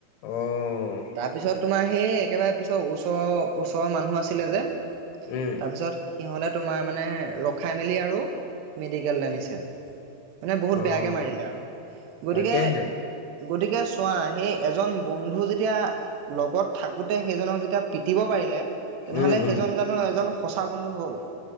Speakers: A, on the left (about 85°); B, on the right (about 70°).
A: অঁ
B: তাৰপিছত তোমাৰ সেই একেবাৰে পিছৰ ওচৰ ওচৰৰ মানুহ আছিলে যে
A: উম,
B: তাৰপিছত? সিহঁতে তোমাৰ মানে, ৰখাই মেলি আৰু মেডিকেললে নিছে । মানে বহুত
A: অ',
B: বেয়াকে মাৰিলে আৰু গতিকে
A: তাকেহে
B: গতিকে চোৱা? সেই এজন বন্ধু যেতিয়া লগত থাকোতে সেইজনক যেতিয়া পিটিব পাৰিলে । তেনেহ'লে
A: উম,
B: সেইজন
A: উম,
B: জানো এজন সঁচা বন্ধু হ'ল ।